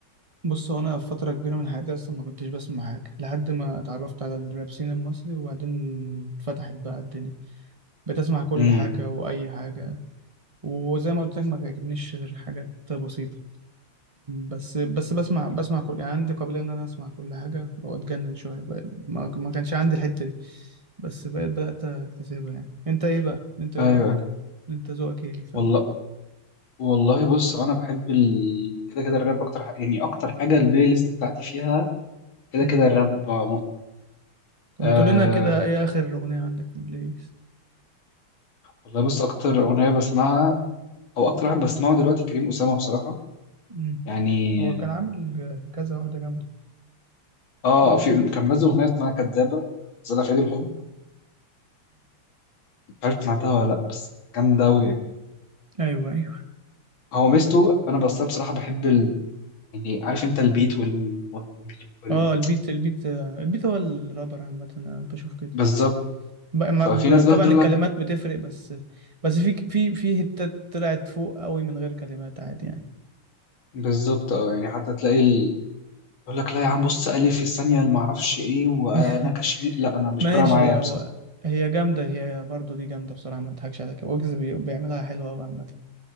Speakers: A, on the right (about 20°); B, on the left (about 65°).
A: بص هو انا في فترة كبيرة من حياتي اصلا ما كنتش بسمع حاجة لحد ما اتعرفت على الراب سين المصري وبعدين اتفتحت بقى الدنيا بتسمع كل
B: امم
A: حاجة واي حاجة وزي ما قلت لك ما بيعجبنيش غير حاجات بسيطة بس بس بسمع بسمع كل يعني عندي قابلية إن أنا أسمع كل حاجة وأتجنن شوية بقى- ما ما كانش عندي الحتة دي بس بقيت بدأت أكتسبها يعني أنت إيه بقى؟ أنت إيه
B: أيوه
A: رأيك؟ أنت ذوقك إيه الفن؟
B: والله والله بص أنا بحب ال... كده كده الراب أكتر ح- يعني أكتر حاجة البلاي ليست بتاعتي فيها كده
A: مم.
B: كده الراب موت.
A: طب
B: آه
A: ما تقول لنا كده إيه آخر أغنية عندك في البلاي ليست؟
B: والله بص أكتر أغنية بسمعها أو أكتر واحد بسمعه دلوقتي كريم أسامة بصراحة
A: مم.
B: يعني
A: هو كان عامل كذا واحدة جامدة
B: آه
A: امم
B: في كان منزل أغنية اسمها كدابة نزلها في عيد الحب مش عارف سمعتها ولا لأ بس جامدة أوي يعني
A: أيوه أيوه
B: هو ميزته أنا بس بصراحة بحب يعني عارف انت البيت وال, وال... وال...
A: أه البيت البيت آه، البيت هو الرابر عامة أنا بشوف كده
B: بالظبط
A: ب- ما-
B: ففي
A: ب-
B: ناس
A: طبعا
B: بقى تقول
A: الكلمات
B: لك
A: بتفرق بس بس في في في هتات طلعت فوق قوي من غير كلمات عادي يعني
B: بالظبط اه يعني حتى تلاقي ال... يقول لك لا يا عم بص ألف في الثانية اللي معرفش ايه وانا
A: <laughs>
B: كشمي لا انا مش
A: ماشي
B: فارقة معايا
A: هو
B: بصراحة
A: هي جامدة هي برضو دي جامدة بصراحة ما اضحكش عليك ويجز بي- بيعملها حلوة قوي عامة